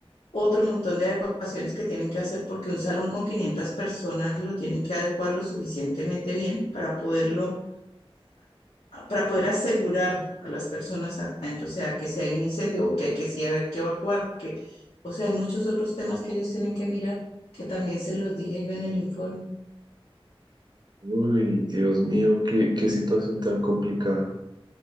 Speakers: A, on the left; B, on the right.
A: otro montón de adecuaciones que tienen que hacer porque un salón con 500 personas lo tienen que adecuar lo suficientemente bien para poderlo para poder asegurar a las personas adentro, o sea, que si hay un incendio o que hay que si hay que evacuar, que o sea, hay muchos otros temas que ellos tienen que mirar, que también se los dije yo en el informe.
B: Uy, Dios mío, qué, qué situación tan complicada.